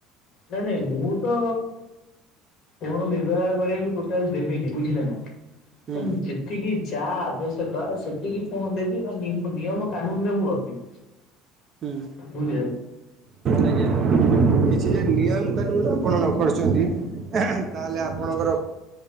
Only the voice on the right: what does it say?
ହୁଁ
ହୁଁ
ଆଜ୍ଞା। କିଛି ଯଦି ନିୟମ କାନୁନ ଆପଣ ନ କରୁଛନ୍ତି ତାହେଲେ ଆପଣଙ୍କର